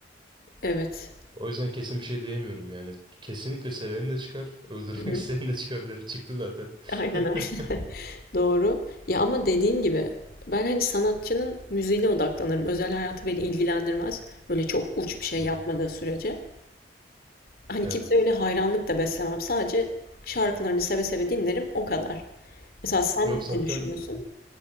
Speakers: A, on the left; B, on the right.
A: Evet.
B: O yüzden kesin bir şey diyemiyorum yani. Kesinlikle seveni de çıkar, <laughs> öldürmek
A: Hı hı.
B: isteyeni de çıkabilir. Çıktı zaten.
A: Aynen
B: <laughs>
A: aynen. <laughs> Doğru. Ya ama dediğim gibi ben hani sanatçının müziğine odaklanırım. Özel hayatı beni ilgilendirmez. Böyle çok uç bir şey
B: Hı
A: yapmadığı
B: hı.
A: sürece. Hani
B: Evet.
A: kimse öyle hayranlık da beslemem. Sadece şarkılarını seve seve dinlerim o kadar. Mesela sen
B: Yok zaten
A: ne düşünüyorsun?